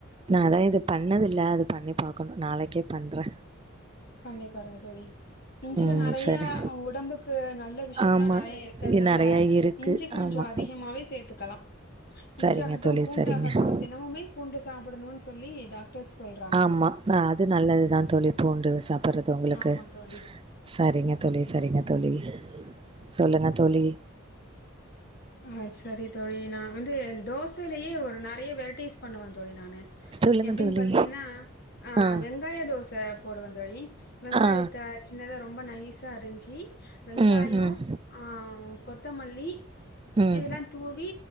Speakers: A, on the right; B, on the left.
A: நா அதா இது பண்ணது இல்ல அது பண்ணி பாக்கணு நாளைக்கே பண்றே
B: பண்ணி பாருங்க தோழி இஞ்சில
A: ம்
B: நெறையா
A: சரி
B: உடம்புக்கு நல்ல விஷயல்லா
A: ஆமா
B: நெறையா இருக்கறதுனால
A: நெறையா இருக்கு
B: இஞ்சி கொஞ்சொ
A: ஆமா
B: அதிகமாவே சேத்துக்கலா
A: சரிங்க
B: இஞ்சாகட்டு
A: தோழி
B: பூண்டாகட்டு
A: சரிங்க
B: தினமுமே பூண்டு சாப்புடணும்ன்னு சொல்லி டாக் ட்ட சொல்றா
A: ஆமா அது நல்லதுதா தோழி பூண்டு சாப்புட்றது உங்களுக்கு
B: ஆமா தோழி
A: சரிங்க தோழி சரிங்க தோழி சொல்லுங்க தோழி
B: ஆ சரி தோழி நா வந்து தோசையிலேயே ஒரு நெறைய வெரைட்டிஸ் பண்ணுவ தோழி நானு
A: சொல்லுங்க
B: எப்டின்னு
A: தோழி
B: பாத்தீங்ன்னா அ
A: ஆ
B: வெங்காய தோச போடுவெ தோழி வெங்காயத்த
A: ஆ
B: சின்னதா ரொம்ப நைஸா அரிஞ்சி வெங்காயோ
A: ம் ம்
B: ஆ கொத்தமல்லி
A: ம்
B: இதெல்லா தூவி